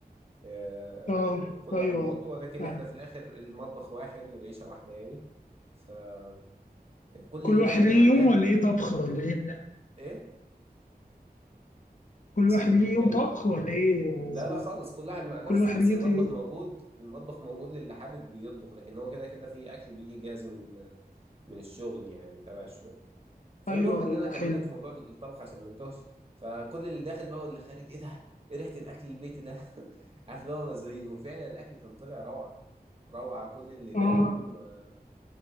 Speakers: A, on the right; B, on the left.
A: آه،
B: اه
A: كل
B: ايوه
A: واحد بأوضته ولكن
B: يعني
A: احنا في الاخر المطبخ واحد والعيشة واحدة يعني فكل
B: كل
A: اللي
B: واحد
A: داخل
B: ليه
A: من على
B: يوم
A: الباب
B: ولا ايه طبخ ولا ايه
A: ايه
B: كل
A: بس
B: واحد
A: قول
B: ليه يوم
A: تاني
B: طبخ ولا ايه
A: لا
B: قصدي؟
A: لا خالص كل واحد مع نفسه
B: كل واحد
A: بس
B: ليه
A: المطبخ
B: طي...
A: موجود المطبخ موجود للي حابب يطبخ لكن هو كده كده في اكل بيجي جاهز من من الشغل يعني تبع الشغل فالمهم
B: ايوه
A: ان
B: ايوه
A: انا اكمل
B: حلو
A: لك في موضوع الطبخ عشان ما انتهش فكل اللي داخل بقى واللي خارج ايه ده ايه ريحه الاكل البيتي ده <laughs> عارف اللي هو مزارين وفعلا الاكل كان طلع روعه روعه كل اللي داقه
B: اه
A: ما